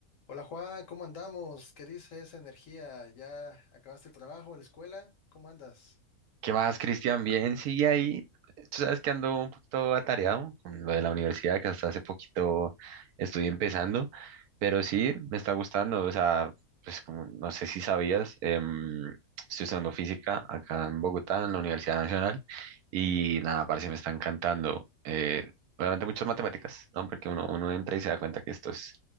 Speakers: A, on the left; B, on the right.
A: Hola Juan, ¿cómo andamos? ¿Qué dice esa energía? ¿Ya acabaste el trabajo, la escuela? ¿Cómo andas?
B: ¿Qué más, Cristian? Bien, sigue ahí. Tú sabes que ando un poquito atareado con lo de la universidad, que hasta hace poquito estoy empezando, pero sí, me está gustando. O sea, pues como no sé si sabías, em, estoy estudiando física acá en Bogotá, en la Universidad Nacional, y nada, parece me está encantando. Eh, obviamente muchas matemáticas, ¿no? Porque uno, uno entra y se da cuenta que esto es,